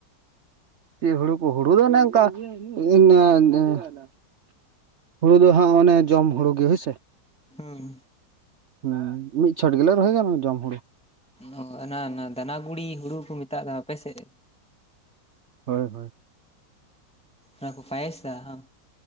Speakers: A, on the right (about 50°); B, in the centre.
A: ᱪᱮᱫ ᱦᱩᱲᱩ ᱠᱚ, ᱦᱩᱲᱩ ᱫᱚ ᱚᱱᱮ ᱚᱱᱠᱟ, <unintelligible> ᱦᱩᱲᱩ ᱫᱚ ᱦᱟᱸᱜ, ᱚᱱᱮ ᱡᱚᱢ ᱦᱩᱲᱩ ᱜᱮ, ᱦᱳᱭ ᱥᱮ
B: ᱦᱩᱸ
A: ᱦᱮᱸ, ᱢᱤᱜ ᱪᱷᱚᱴ ᱜᱮᱞᱮ ᱨᱚᱦᱚᱭ ᱚᱱᱮ ᱡᱚᱢ ᱦᱩᱲᱩ᱾
B: ᱚ, ᱚᱱᱟ ᱚᱱᱟ, ᱫᱟᱱᱟ ᱜᱩᱲᱤ ᱦᱩᱲᱩ ᱠᱚ ᱢᱮᱛᱟᱜ ᱠᱟᱱᱟ, ᱟᱯᱮ ᱥᱮᱫ, ᱦᱮᱸ
A: ᱦᱳᱭ ᱦᱳᱭ
B: ᱚᱱᱟᱠᱚ ᱯᱟᱭᱥᱟ, ᱦᱟᱸ